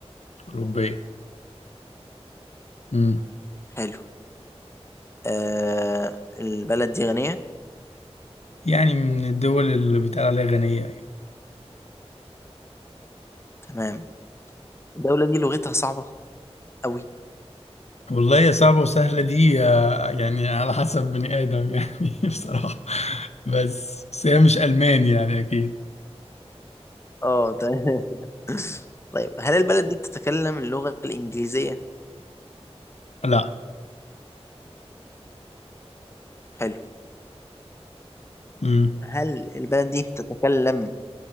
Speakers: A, on the left (about 80°); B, on the left (about 25°).
A: اوروبية امم
B: حلو آه البلد دي غنيه
A: يعني من الدول اللي بيتقال عليها غنية يعني
B: تمام الدوله دي لغتها صعبه قوي
A: والله يا صعبة وسهلة دي آه، يعني على حسب بني آدم يعني <laughs> بصراحة بس بس هي مش ألماني يعني أكيد
B: اه تمام <laughs> طيب هل البلد دي بتتكلم اللغة الإنجليزية؟
A: لا
B: حلو
A: امم
B: هل البلد دي بتتكلم